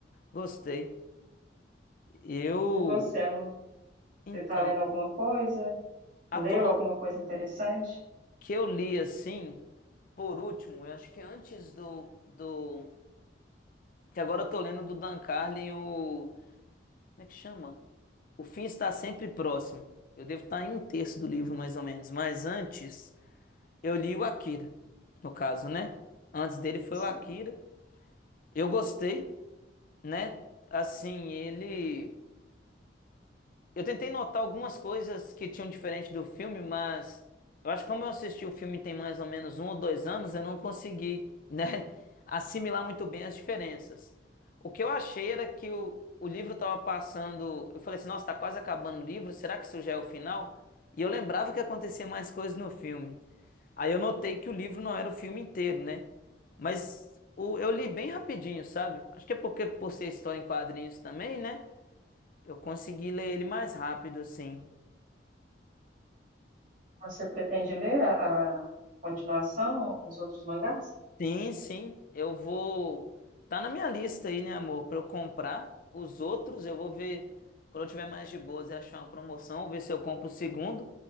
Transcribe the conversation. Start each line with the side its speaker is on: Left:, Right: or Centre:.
Left: Gostei. Eu.
Right: E você, amor?
Left: Então,
Right: Você está lendo alguma coisa?
Left: atualmente
Right: Leu alguma coisa interessante?
Left: que eu li assim, por último, eu acho que é antes do, do. Que agora eu tô lendo do Dan Carlin, o. Como é que chama? O fim está sempre próximo. Eu devo estar em um terço do livro, mais ou menos. Mas antes, eu li o Akira, no caso, né? Antes dele foi
Right: Sim.
Left: o Akira. Eu gostei, né? Assim, ele. Eu tentei notar algumas coisas que tinham diferente do filme, mas eu acho que como eu assisti o filme tem mais ou menos um ou dois anos, eu não consegui, né, <laughs> assimilar muito bem as diferenças. O que eu achei era que o, o livro estava passando. Eu falei assim, nossa, tá quase acabando o livro, será que isso já é o final? E eu lembrava que acontecia mais coisas no filme. Aí eu notei que o livro não era o filme inteiro, né? Mas o- eu li bem rapidinho, sabe? Acho que é porque por ser história em quadrinhos também, né? Eu consegui ler ele mais rápido, assim.
Right: Você pretende ler a, a continuação, os outros mangás?
Left: Sim, sim, eu vou. Tá na minha lista aí, né, amor? Pra eu comprar os outros, eu vou ver. Quando eu tiver mais de boas e achar uma promoção, vou ver se eu compro o segundo.